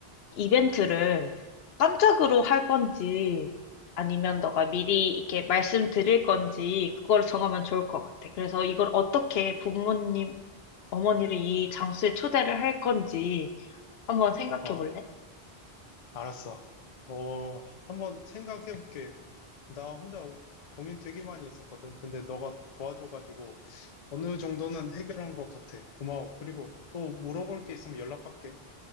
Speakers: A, on the left; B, on the left.
A: 이벤트를 깜짝으로 할 건지 아니면 너가 미리 이렇게 말씀드릴 건지 그걸 정하면 좋을 것 같아. 그래서 이걸 어떻게 부모님, 어머니를 이 장소에 초대를 할 건지 한번 생각해
B: 어,
A: 볼래?
B: 알았어. 어, 한번 생각해볼게. 나 혼자 고민 되게 많이 했었거든. 근데 너가 도와줘가지고 어느 정도는 해결한 것 같아. 고마워. 그리고 또 물어볼 게 있으면 연락할게.